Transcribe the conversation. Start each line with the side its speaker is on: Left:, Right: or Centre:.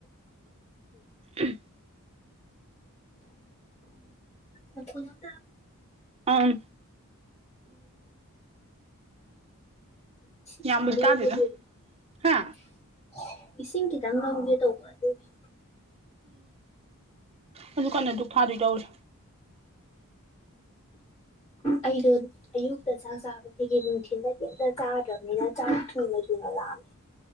Right: ꯑꯃ
Left: ꯃꯈꯣꯟ ꯌꯥꯎꯗ
Right: ꯑꯥꯏ
Left: <unintelligible>
Right: ꯌꯥꯝꯕꯨꯗꯤ ꯇꯥꯗꯦꯗ ꯍꯥ
Left: ꯏꯁꯤꯡ ꯈꯤꯇꯪ ꯂꯧꯒꯦ ꯇꯧꯕ ꯑꯗꯨꯒꯤ
Right: ꯎꯝ ꯑꯗꯨ ꯀꯟꯅ ꯗꯨꯛ ꯊꯥꯗꯣꯏ ꯇꯧꯔꯤ
Left: ꯑꯩꯗꯨꯠ ꯑꯌꯨꯛꯇ ꯆꯥꯛ ꯆꯥꯕꯗꯒꯤ ꯅꯨꯡꯊꯤꯟꯗ ꯀꯩꯝꯇ ꯆꯥꯗ꯭ꯔꯕꯅꯤꯅ ꯆꯥ ꯊꯨꯅ ꯊꯨꯅ ꯂꯥꯝꯃꯦ